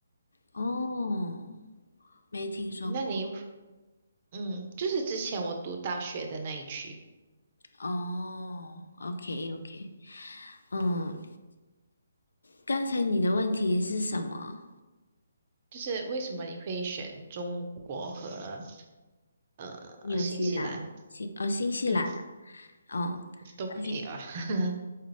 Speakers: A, on the left (about 65°); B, on the right (about 40°).
A: 哦，没听说过。
B: 那你嗯，就是之前我读大学的那一区，
A: 哦，OK
B: 嗯，
A: OK，嗯，刚才你的问题是什么？
B: 就是为什么你会选中国和呃新西兰？
A: 纽西兰，新哦，新西兰啊。
B: 嗯，
A: 哦
B: 都可以啊，
A: ，OK，
B: <laughs>